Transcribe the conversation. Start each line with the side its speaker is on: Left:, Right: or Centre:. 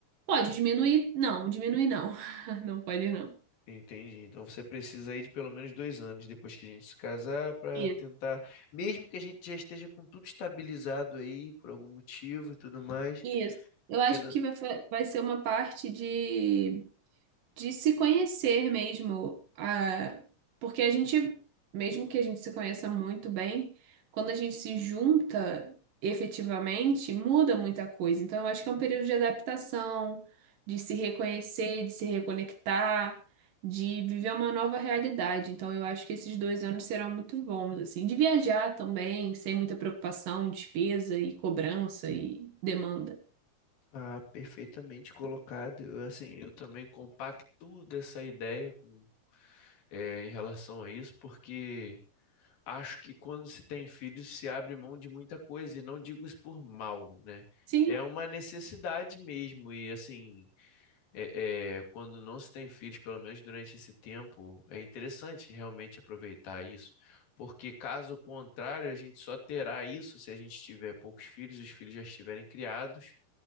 Right: Pode diminuir? Não, diminuir não. <laughs> Não pode não.
Left: Entendi. Então você precisa aí de pelo menos dois anos depois que a gente se casar para
Right: Isso.
Left: tentar, mesmo que a gente já esteja com tudo estabilizado aí por algum motivo e tudo mais,
Right: Isso. Eu acho
Left: finan-
Right: que vai, fa- vai ser uma parte de de se conhecer mesmo, ah, porque a gente, mesmo que a gente se conheça muito bem, quando a gente se junta efetivamente, muda muita coisa. Então, eu acho que é um período de adaptação, de se reconhecer, de se reconectar, de viver uma nova realidade. Então, eu acho que esses dois anos serão muito bons, assim, de viajar também, sem muita preocupação, despesa e cobrança e demanda.
Left: Ah, perfeitamente colocado. Eu, assim, eu também compactuo dessa ideia com, eh, em relação a isso, porque acho que quando se tem filhos se abre mão de muita coisa, e não digo isso por mal, né?
Right: Sim,
Left: É uma necessidade mesmo, e assim, é, é, quando não se tem filhos, pelo menos durante esse tempo, é interessante realmente aproveitar isso, porque caso contrário, a gente só terá isso se a gente tiver poucos filhos, os filhos já estiverem criados,